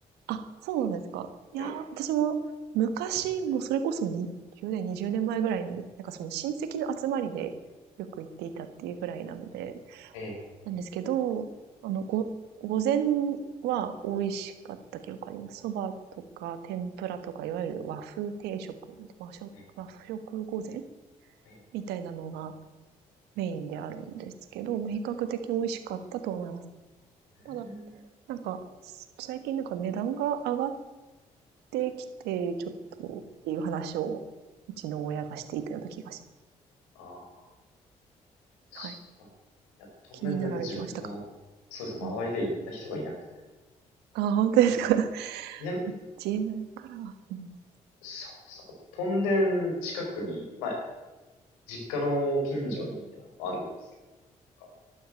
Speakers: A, on the right; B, on the left.
A: あ、そうなんですか。いやー、
B: え
A: 私も昔、もうそれこそに1年、20年前ぐらいに、なんかその親戚の集まりでよく行っていたっていうぐらいなので、
B: ええ、
A: なんですけど、あの、ご、午前は美味しかった記憶あります。そばとか天ぷらとか、いわゆる和風定食、和食、
B: ええ、
A: 和食午前
B: ええ、
A: みたいなのがメインであるんですけど、まあ比較的美味しかったとは思います。
B: う
A: ただ、なんか、最近なんか値段が上がっってきて、ちょっとっていう話を、うちの親がしていたような気がし
B: ーん、うん。ああ、そう、
A: ます、はい。
B: まあ、いや、当面全然自分の、
A: 気になられてましたか
B: そうですね、
A: うん。
B: 周りで行った人がいなくて。
A: あ、本当ですか <laughs>
B: 南、
A: 自分からは。うん、
B: そうです、なんか、トンデン近くに、まあ、実家の近所にあの、あるんですけど、なんか